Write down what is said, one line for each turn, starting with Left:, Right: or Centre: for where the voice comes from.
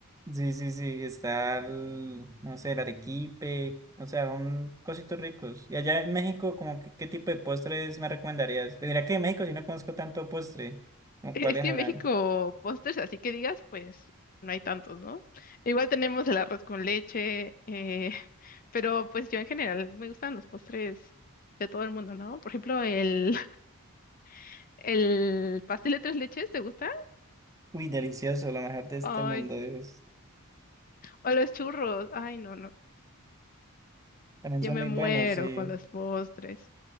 Right: Sí, sí, sí, está el, no sé, el arequipe, o sea, un cositos ricos. Y allá en México, como que, ¿qué tipo de postres me recomendarías? Pues Mira que en México yo no conozco tanto postre, como
Left: Es
Right: cuáles
Left: que
Right: habrán.
Left: en México postres, así que digas, pues no hay tantos, ¿no? Igual tenemos el arroz con leche, eh, <laughs> pero pues yo en general me gustan los postres de todo el mundo, ¿no? Por ejemplo, el, <laughs> el pastel de tres leches, ¿te gusta?
Right: Uy, delicioso, lo mejor de este
Left: Ay,
Right: mundo,
Left: sí.
Right: Dios.
Left: O los churros, ay, no, no.
Right: También
Left: Yo
Right: son
Left: me
Right: muy
Left: muero
Right: buenos, sí.
Left: con los postres.